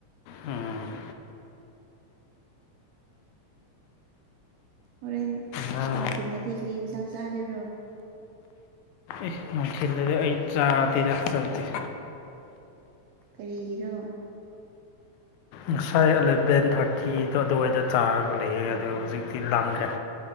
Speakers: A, on the left; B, on the right.
A: ꯎꯝ
B: ꯍꯣꯔꯦꯜ
A: ꯅꯪ
B: ꯅꯨꯡꯊꯤꯟꯅꯗꯤ ꯀꯔꯤꯟꯁꯥꯡ ꯆꯥꯗꯣꯏꯔꯣ
A: ꯑꯦ ꯅꯨꯡꯊꯤꯜꯗꯗꯤ ꯑꯩ ꯆꯥꯗꯦꯗ ꯆꯥꯗꯦ
B: ꯀꯔꯤꯒꯤꯔꯣ
A: ꯉꯁꯥꯏ ꯑꯦꯂꯚꯦꯟ ꯊꯥꯔꯇꯤꯗꯣ ꯑꯗꯨꯋꯥꯏꯗ ꯆꯥꯔꯒ ꯂꯩꯌꯦ ꯑꯗꯣ ꯍꯧꯖꯤꯛꯇꯤ ꯂꯈ꯭ꯔꯦ